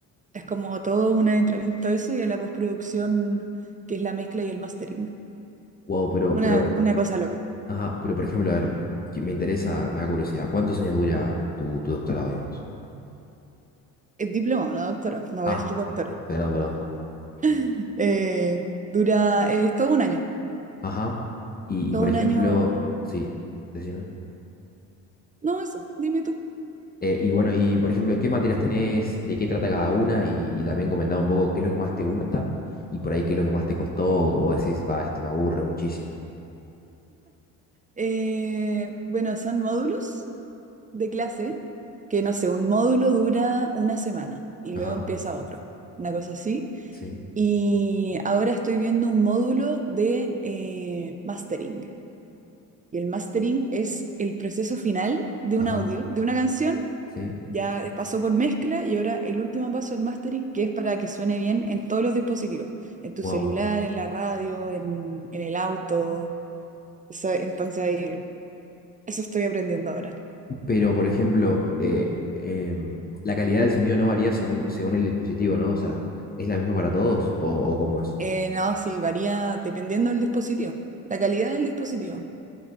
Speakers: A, on the right; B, on the left.
A: Es como todo un adentramiento a eso y a la postproducción, que es la mezcla y el mastering.
B: Wow, pero,
A: Una,
B: pero,
A: una cosa loca.
B: ajá, pero por ejemplo, a ver, que me interesa, me da curiosidad, ¿cuántos años dura tu, tu doctorado, digamos?
A: Es diplomado, no doctorado. No
B: Ah,
A: voy a ser doctora.
B: perdón, perdón.
A: <laughs> Eh, dura, eh, es todo un año.
B: Ajá. Y,
A: Todo
B: y, por
A: un
B: ejemplo,
A: año.
B: sí, decime.
A: No, eso, dime tú.
B: Eh, y bueno, y por ejemplo, ¿qué materias tenés? ¿De qué trata cada una? Y, y también comentar un poco qué es lo que más te gusta y por ahí qué es lo que más te costó. O vos decís, va, esto me aburre muchísimo.
A: Eh, bueno, son módulos de clase que, no sé, un módulo dura una semana y
B: Ajá,
A: luego empieza otro, una cosa así.
B: sí,
A: Y ahora estoy viendo un módulo de eh, mastering. Y el mastering es el proceso final de
B: ajá,
A: un audio, de una canción.
B: sí.
A: Ya pasó por mezcla y ahora el último paso del mastering, que es para que suene bien en todos los dispositivos, en tu
B: Wow.
A: celular, en la radio, en, en el auto. Eso- entonces, ahí- eso estoy aprendiendo ahora.
B: Pero por ejemplo, eh, em, la calidad del sonido no varía según, según el dispositivo, ¿no? O sea, ¿es la misma para todos o, o cómo es?
A: Eh, no, sí, varía dependiendo del dispositivo, la calidad del dispositivo.